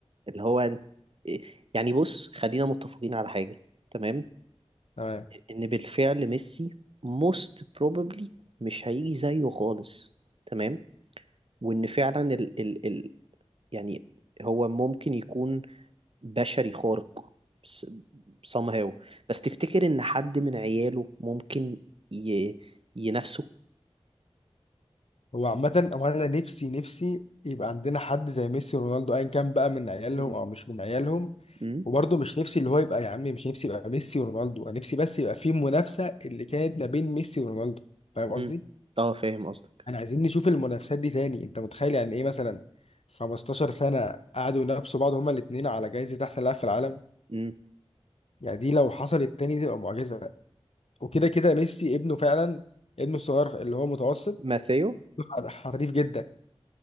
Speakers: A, on the right; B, on the left.
A: اللي هو أنت- يعني بص خلينا متفقين على حاجة تمام
B: تمام
A: ان بالفعل ميسي most probably مش هيجي زيه خالص تمام وان فعلا ال ال ال يعني هو ممكن يكون بشري خارق s- somehow بس تفتكر ان حد من عياله ممكن ي ينافسه
B: هو عامة هو أنا نفسي نفسي يبقى عندنا حد زي ميسي ورونالدو أيا كان بقى من عيالهم
A: مم.
B: أو مش من عيالهم
A: مم.
B: وبرضه مش نفسي اللي هو يبقى يا عمي مش نفسي يبقى ميسي ورونالدو أنا نفسي بس يبقى في منافسة اللي كانت ما بين ميسي ورونالدو فاهم قصدي؟
A: مم. اه فاهم قصدك
B: أنا عايزين نشوف المنافسات دي تاني أنت متخيل يعني إيه مثلا 15 سنة قعدوا ينافسوا بعض هما الاتنين على جايزة أحسن لاعب في العالم
A: مم.
B: يعني دي لو حصلت تاني دي تبقى معجزة وكده كده ميسي ابنه فعلا ابنه الصغير اللي هو متوسط
A: ماثيو
B: حر- حريف جدا